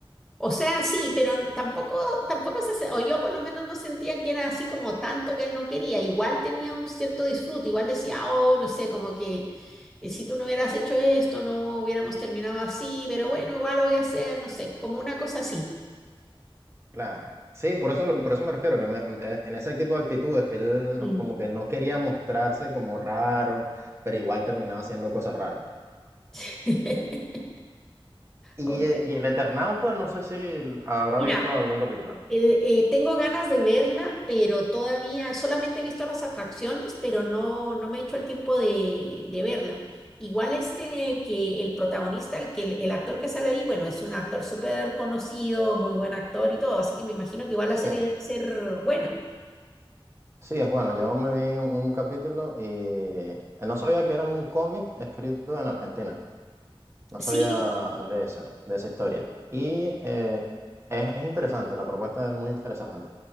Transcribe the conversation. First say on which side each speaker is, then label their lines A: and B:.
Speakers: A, in the centre; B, on the right (about 30°).
A: O sea, sí, pero n- tampoco, tampoco se, se- o yo por lo menos no sentía que era así como tanto que él no quería. Igual tenía un cierto disfrute, igual decía, oh, no sé, como que eh, si tú no hubieras hecho esto, no hubiéramos terminado así, pero bueno, igual lo voy a hacer, no sé, como una cosa así.
B: Claro. Sí, por eso, por eso me refiero, que me- me- eh, en ese tipo de actitudes que él
A: Mm.
B: no- como que no quería mostrarse como raro, pero igual terminaba haciendo cosas raras.
A: <laughs>
B: Y,
A: Ok.
B: eh, y el Eternauta, no sé si habrá
A: Mira,
B: visto algún capítulo.
A: eh, eh, tengo ganas de verla, pero todavía solamente he visto las atracciones, pero no, no me he hecho el tiempo de, de verla. Igual este que el protagonista, el, que, el, el actor que sale ahí, bueno, es un actor súper conocido, muy buen actor y todo, así que me imagino que igual
B: Sí,
A: la serie debe ser buena.
B: sí, es bueno. Yo me vi un, un capítulo y eh, no sabía que era un cómic escrito en Argentina. No
A: Sí,
B: sabía de esa, de esa historia. Y eh, es, es interesante, la propuesta es muy interesante.